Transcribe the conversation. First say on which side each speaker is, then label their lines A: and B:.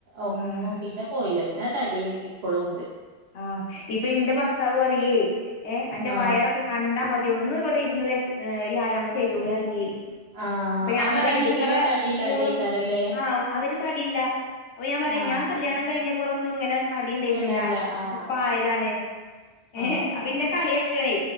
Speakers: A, on the right; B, on the left.
A: ഒന്നും
B: ആഹ്
A: പി ന്നെപോയില്ല പിന്നെ ആ തടി ഇപ്പളൂണ്ട്.
B: ആഹ് ഇപ്പൊ ഇന്റെ ഭർത്താവ് പറയുയെയ് ഏ അന്റെ
A: ആ
B: വയറൊക്കെ കണ്ടാമതി ടി ഒന്ന് ഇവടെ ഇരുന്ന് ദേ വ്യായാമം ചെയ്തൂടെ അറിയെയ്.
A: ആ
B: അപ്പൊ ഞാൻ
A: അവരാണെങ്കിലോ
B: പറയും ഇത് ഇങ്ങളെ
A: തടി ഇല്ലാതെക്കാരല്ലേ
B: മൂന്ന് ആ അവര് തടില്ല. അത് ഞാൻ പറയും
A: ആ
B: ഞാൻ കല്യാണം കയിഞ്ഞ പ്പളൊന്നും ഇങ്ങനെ തടിണ്ടായിരുന്നില്ല.
A: അങ്ങനല്ല ആ
B: ഇപ്പ
A: ആ
B: അയതാണ്.
A: ആ
B: ഏഹ് അപ്പന്നെ കളിയാ ക്കണ്